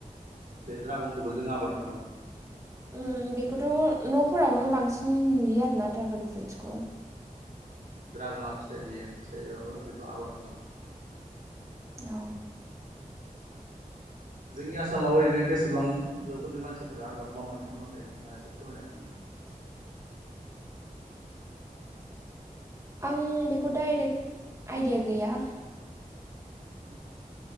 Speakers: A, on the right; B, on the right.
A: बे ड्रागनखौबो जों आबाद
B: ओम बेखौथ' न'फोरावनो बांसिन नुयो आरोना ड्रागन फ्रुटसखौ
A: ड्रागना फिथाइ बियो फिथाइबाबो बेखौ आबाद खालामो
B: औ
A: जोंनि आसामाव ओरैनो बेसेबां जौखोन्दो मानसिफोरा आबाद मावनानै थांनानै थायो नोंथाङा एसे फोरमाय हागोन
B: <inaudible> आं बेखौ डाइरेक्ट आइडिया गैया
A: <inaudible>